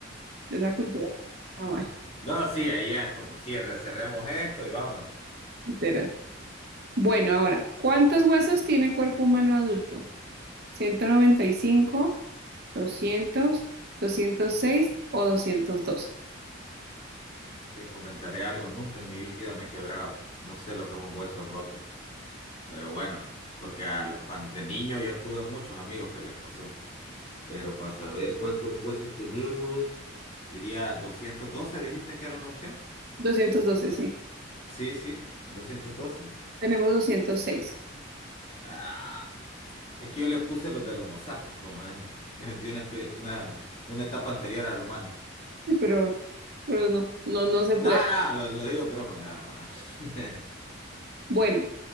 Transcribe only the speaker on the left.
No, sí, ahí ya es como cierre, cerremos esto y vámonos.
Te comentaré algo, nunca en mi vida me he quebrado. No sé lo que es un hueso roto, pero bueno, porque a lo- cuando de niño yo tuve muchos amigos que les pasó. Pero para saber cuántos huesos tenemos, diría 212. dijiste que era una opción.
Sí, sí, 212.
Ah. Es que yo le puse los del Homo sapiens, como es, de <laughs> una, espe- una, una etapa anterior al humano.
Nada, nada, no, lo, lo digo en broma, nada más. <laughs>